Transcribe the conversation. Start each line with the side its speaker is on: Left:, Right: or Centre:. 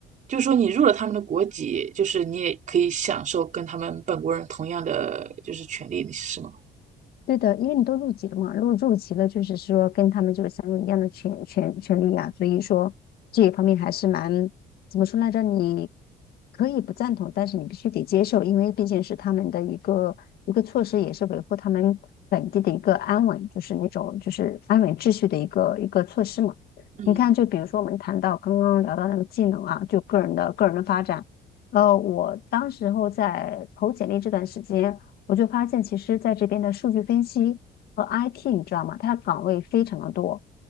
Right: 就是说你入了他们的国籍，就是你也可以享受跟他们本国人同样的就是权利，是吗？
Left: 对的，因为你都入籍了嘛，入入籍了，就是说跟他们就是享有一样的权权权利啊，所以说这一方面还是蛮怎么说来着？你可以不赞同，但是你必须得接受，因为毕竟是他们的一个一个措施，也是维护他们本地的一个安稳，就是那种就是安稳秩序的一个一个措施嘛。
Right: 嗯，
Left: 你看，就比如说我们谈到刚刚聊到那个技能啊，就个人的个人的发展。呃，我当时候在投简历这段时间，我就发现其实在这边的数据分析和 IT，你知道吗？它的岗位非常的多，